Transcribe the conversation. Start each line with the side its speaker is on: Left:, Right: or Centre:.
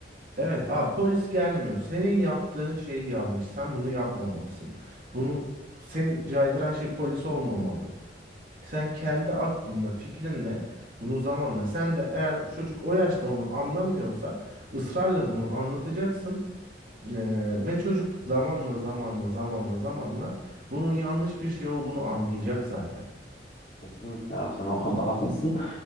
Right: Evet, aa, polis gelmiyor. Senin yaptığın şey yanlış. Sen bunu yapmamalısın. Bunu seni caydıran şey polis olmamalı. Sen kendi aklınla, fikrinle bunu zamanla. Sen de eğer çocuk o yaşta onu anlamıyorsa ısrarla bunu anlatacaksın. Ee, ve çocuk zamanla zamanla zamanla zamanla bunun yanlış bir şey olduğunu anlayacak zaten.
Left: Kesinlikle abi sen o konuda haklısın.